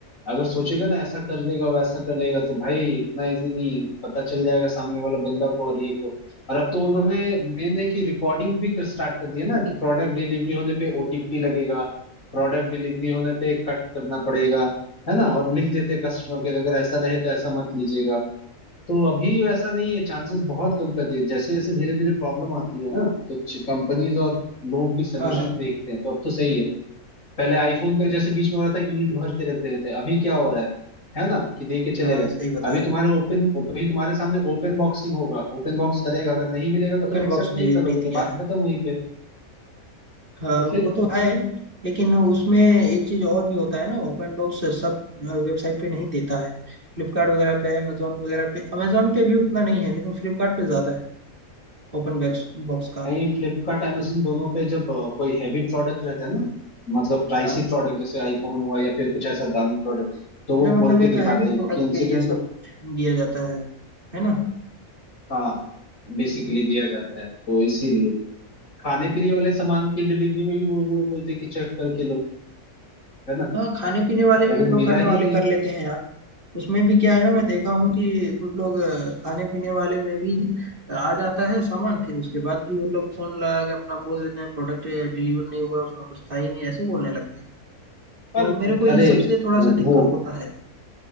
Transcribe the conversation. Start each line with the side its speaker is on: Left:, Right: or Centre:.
Left: अगर सोचेगा ना ऐसा कर लेगा वैसा कर लेगा तो भाई इतना इजी नहीं है पता चल जाएगा सामने वाला बंदा को और ये को और अब तो उन्होंने मेन है कि रिकॉर्डिंग भी कर स्टार्ट कर दिया ना कि प्रोडक्ट डिलीवरी होने पे ओटीपी लगेगा प्रोडक्ट डिलीवरी होने पे कट करना पड़ेगा है ना और लिख देते कस्टमर के अगर ऐसा रहे तो ऐसा मत लीजिएगा तो अभी वैसा नहीं है चांसेस बहुत कम कर दिए जैसे जैसे धीरे धीरे प्रॉब्लम आती है ना तो कंपनीज और लोग भी सोल्यूशन
Right: हाँ हाँ
Left: देखते हैं तो अब तो सही है पहले आईफोन का जैसे बीच में हो रहा था ईंट भर के रख दे रहे थे अभी क्या हो रहा है है ना कि दे के चले
Right: हाँ,
Left: गए
Right: सही बता
Left: अभी
Right: रहे
Left: तुम्हारे
Right: हो
Left: ओपन अभी तुम्हारे सामने ओपन बॉक्सिंग होगा ओपन बॉक्स करेगा अगर नहीं मिलेगा तो
Right: ओपन
Left: तुम एक्सेप्ट
Right: बॉक्स
Left: नहीं
Right: डिलीवरी
Left: करोगे तो
Right: दिया
Left: बात
Right: है
Left: खत्म वहीं पे
Right: हाँ
Left: तो
Right: वो
Left: फिर
Right: तो है लेकिन उसमें एक चीज़ और भी होता है ना ओपन बॉक्स सब वेबसाइट पे नहीं देता है फ्लिपकार्ट वगैरह पे अमेजोन वगैरह पे अमेजोन पे भी उतना नहीं है लेकिन फ्लिपकार्ट पे ज़्यादा है ओपन बॉक्स बॉक्स का
Left: नहीं फ्लिपकार्ट अमेजन दोनों पे जब अ, कोई हैवी प्रोडक्ट रहता है ना मतलब प्राइसी
Right: हाँ
Left: प्रोडक्ट जैसे आईफोन हुआ या फिर कुछ ऐसा दामी प्रोडक्ट तो
Right: अच्छा
Left: वो
Right: मतलब
Left: खोल
Right: एक
Left: के
Right: हैवी
Left: दिखाते हैं
Right: प्रोडक्ट
Left: क्योंकि इंसिडेंट
Right: पे ये सब दिया जाता है है ना
Left: हाँ बेसिकली दिया जाता है तो इसीलिए खाने पीने वाले सामान की डिलीवरी में भी वो वो लोग बोलते हैं कि चेक करके लो है ना
Right: हाँ खाने पीने वाले
Left: और
Right: में
Left: अगर
Right: भी लोग
Left: मिला
Right: करने वाले
Left: ही नहीं
Right: कर लेते हैं यार उसमें भी क्या है ना मैं
Left: हम्म,
Right: देखा हूँ कि कुछ लोग अ, खाने पीने वाले में भी आ जाता है सामान फिर उसके बाद भी वो लोग फोन लगा के अपना बोल देते हैं प्रोडक्ट डिलीवर नहीं हुआ उसमें कुछ था ही नहीं ऐसे बोलने लगते हैं
Left: पर
Right: तो मेरे को ये
Left: अरे
Right: सब से थोड़ा
Left: वो,
Right: सा
Left: वो
Right: दिक्कत होता है